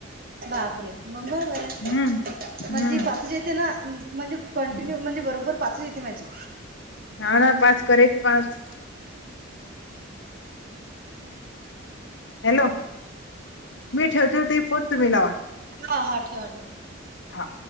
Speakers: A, on the right; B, on the left.
A: बापरे! मग बरोबर आहे,
B: हम्म हम्म
A: माझी पाचच येते ना अन म्हणजे कंटिन्यू
B: हम्म.
A: म्हणजे बरोबर पाचच येते माझी.
B: हा ना पाच करेक पाच. हॅलो मी ठेवते ताई फोन तुम्ही लावा.
A: ह हा ठेवा ठेवा.
B: हा.